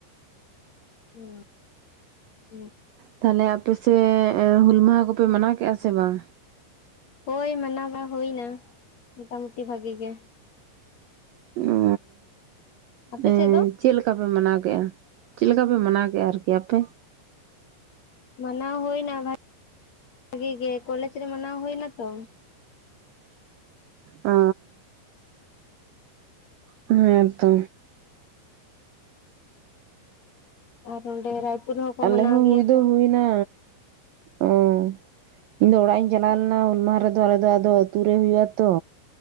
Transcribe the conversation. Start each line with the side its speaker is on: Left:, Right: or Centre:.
Left: ᱦᱩᱸ ᱦᱮ
Right: ᱛᱟᱦᱞᱮ ᱟᱯᱮ ᱥᱮ ᱦᱩᱞ ᱢᱟᱦᱟ ᱠᱚᱯᱮ ᱢᱟᱱᱟᱣ ᱠᱮᱫᱼᱟ ᱥᱮ ᱵᱟᱝ?
Left: ᱦᱳᱭ ᱢᱟᱱᱟᱣ ᱢᱟ ᱦᱩᱭ ᱮᱱᱟ ᱢᱳᱴᱟᱢᱩᱴᱤ ᱵᱷᱟᱜᱤ ᱜᱮ᱾
Right: ᱚ
Left: ᱟᱯᱮ
Right: ᱮ
Left: ᱥᱮᱫ ᱫᱚ
Right: ᱪᱮᱫ ᱞᱮᱠᱟᱯᱮ ᱢᱟᱱᱟᱣ ᱠᱮᱫᱮᱜᱼᱟ? ᱪᱮᱫ ᱞᱮᱠᱟ ᱯᱮ ᱢᱟᱱᱟᱣ ᱠᱮᱫᱼᱟ ᱟᱨᱠᱤ ᱟᱯᱮ?
Left: ᱢᱟᱱᱟᱣ ᱦᱩᱭᱱᱟ ᱵᱷᱟᱜᱤ ᱜᱮ ᱠᱚᱞᱮᱡᱽ ᱨᱮ ᱢᱟᱱᱟᱣ ᱦᱩᱭᱱᱟᱛᱚ᱾
Right: ᱚ ᱦᱮᱸᱛᱚ
Left: <unintelligible>
Right: ᱟᱞᱮ
Left: ᱢᱟᱱᱟᱣ
Right: ᱦᱚᱸ
Left: ᱜᱮᱭᱟ
Right: ᱦᱩᱭ ᱫᱚ
Left: ᱠᱚ
Right: ᱦᱩᱭ ᱮᱱᱟ ᱚ ᱤᱧ ᱫᱚ ᱚᱲᱟᱜ ᱤᱧ ᱪᱟᱞᱟᱣ ᱞᱮᱱᱟ ᱦᱩᱞ ᱢᱟᱦᱟ ᱨᱮᱫᱚ ᱟᱞᱮ ᱫᱚ ᱟᱫᱚ ᱟᱹᱛᱩ ᱨᱮ ᱦᱩᱭᱩᱜ-ᱟ ᱛᱚ᱾